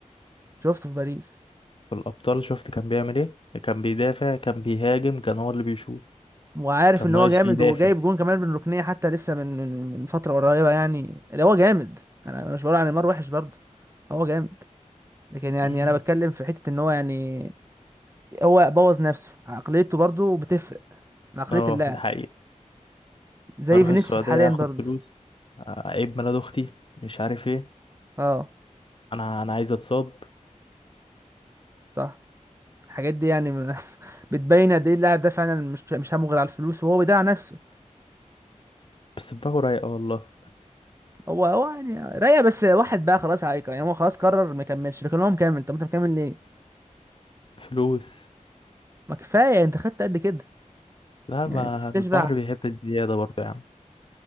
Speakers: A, on the right (about 20°); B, on the left (about 45°).
A: شفته في باريس
B: في الابطال شفت كان بيعمل ايه كان بيدافع كان بيهاجم كان هو اللي بيشوط
A: وعارف
B: كان
A: ان
B: ناقص
A: هو جامد
B: فيه دافع
A: وجايب جون كمان من ركنيه حتى لسه من من من فتره قريبه يعني اللي هو جامد انا مش بقول عن نيمار وحش برضه هو جامد لكن يعني
B: <clears throat> مم.
A: انا بتكلم في حته ان هو يعني هو بوظ نفسه عقليته برضه بتفرق عقليه
B: اه
A: اللاعب
B: ده حقيقي
A: زي
B: هروح
A: فينيسيوس
B: السعودية
A: حاليا
B: هاخد
A: برضه
B: فلوس اعيب ميلاد اختي مش عارف ايه
A: اه
B: انا انا عايز اتصاب
A: صح الحاجات دي يعني م- <laughs> بتبين قد ايه اللاعب ده فعلا مش مش همه غير على الفلوس وهو بيضيع نفسه
B: بس دماغه رايقة والله
A: هو هو يعني رايق بس واحد بقى خلاص عايق يعني هو خلاص قرر ما يكملش لكن هو مكمل طب انت مكمل ليه؟
B: فلوس
A: ما كفايه انت خدت قد كده
B: لا
A: يعني
B: ما
A: مش بتشبع
B: البحر بيحب الزيادة برضه يا عم